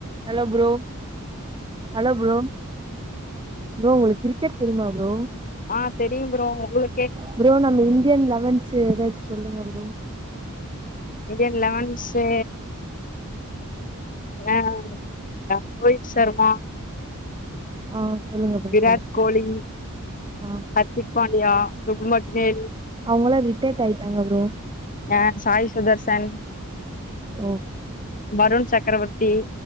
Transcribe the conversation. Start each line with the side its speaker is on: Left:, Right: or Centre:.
Right: hello bro hello bro bro உங்களுக்கு cricket தெரியுமா bro
Left: ஆ தெரியு ப்ரோ உங்குளுக்கு கேட்ச்சு
Right: ப்ரோ நம்ம இந்தியன் லெவன்ஸ்சு எதாச்சு சொல்லுங்க ப்ரோ
Left: இந்தியன் லெவன்ஸு ஆ அ ரோஹித் சர்மா
Right: ஆ சொல்லுங்க ப்ரோ
Left: விராட்
Right: சொல்லுங்க
Left: கோலி
Right: ஆ
Left: ஹர்திக் பாண்டியா சுக்மன் கில்
Right: அவுங்களா ரிட்டேர்ட் ஆயிட்டாங்க ப்ரோ
Left: ஆ சாய் சுதர்சன்
Right: ஓ
Left: வருண் சக்கரவர்த்தி